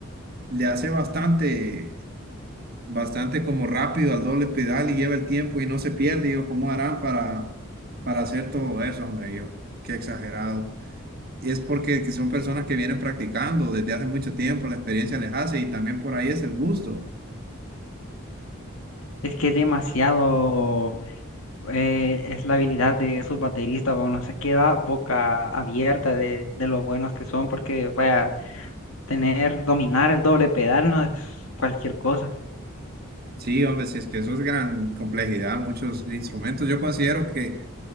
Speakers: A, on the right; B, on the left.
A: le hace bastante, bastante como rápido al doble pedal y lleva el tiempo y no se pierde. Yo, ¿cómo harán para, para hacer todo eso, hombre? Yo, qué exagerado. Y es porque que son personas que vienen practicando desde hace mucho tiempo, la experiencia les hace y también por ahí es el gusto.
B: es que es demasiado. eh, es la habilidad de sus bateristas, bueno se queda boca abierta de, de lo buenos que son, porque vaya, tener, dominar el doble pedal no es cualquier cosa.
A: Sí, hombre, si es que eso es gran complejidad, muchos instrumentos. Yo considero que